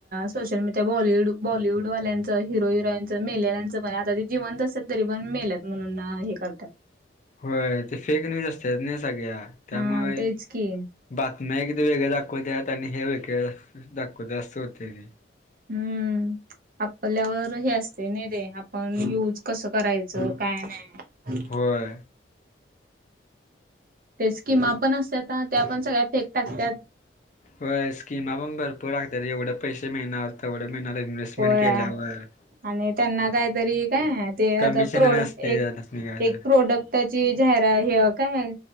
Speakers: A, on the right (about 50°); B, on the left (about 40°).
A: सोशल मीडिया बॉलवूड बॉलिवूड वाल्यांचं, हिरो हिरोईनचं मेलेल्यांचं म्हणे आता. जिवंत असत तरी पण मेलत म्हणून हे करतात.
B: होय ते फेक न्यूज असतात ना, सगळ्या त्यामुळे.
A: हा तेच की
B: बातम्या एकदा वेगळ्या दाखवत, आणि हे वेगळे दाखवते ते आस होतय.
A: हम्म आपल्यावर हे असत. ते नाही दे, आपण युज कसं करायचं काय नाही.
B: होय
A: ते स्कीमा पण असत त्या पण सगळ्या फेक टाकतात.
B: हो स्कीमा पण भरपूर रागतात एवढे पैसे मिळणार तेवढे मिळणार इन्व्हेस्टमेंट
A: होय
B: केल्यावर.
A: आणि त्यांना काहीतरी काय ते आता
B: कमिशन
A: प्रोड
B: आणि असतंय
A: एक
B: त्यासनी काय तर
A: प्रोडक्ट. त्याची जाहिर हे काय